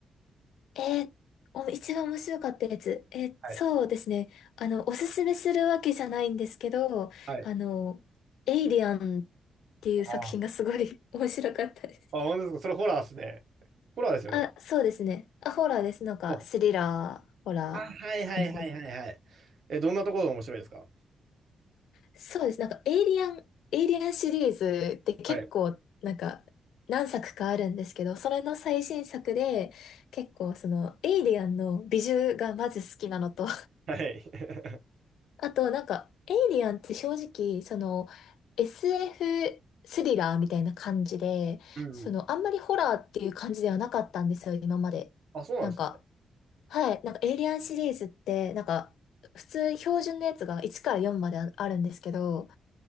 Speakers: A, on the left; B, on the right.
A: えーお一番面白かったやつ。えーそうですね。
B: はい。
A: あの、おすすめするわけじゃないんですけど、
B: はい。
A: あの、エイリアンっていう作品がすごい
B: ああ。
A: <laughs> 面白かったです。
B: あ、本当ですかそれホラーですね。ホラーですよね。
A: あ、そうですね。あ、ホラーです。なんか、
B: お、
A: スリラー、ホラーって感じです。
B: あ、はいはいはいはいはい。え、どんなところが面白いですか
A: そうです。なんか、エイリアン、エイリアンシリーズって結構、
B: はい。
A: なんか、何作かあるんですけど、それの最新作で、結構、その、エイリアンの美術がまず好きなのと、
B: はい。<laughs>
A: あと、なんか、エイリアンって正直、その、SF スエフスリラーみたいな感じで、
B: うん。
A: その、あんまりホラーっていう感じではなかったんですよ、今まで。
B: あ、そうなんですね。
A: なんか、はい、なんか、エイリアンシリーズって、なんか、普通、標準のやつが1から4までああるんですけど、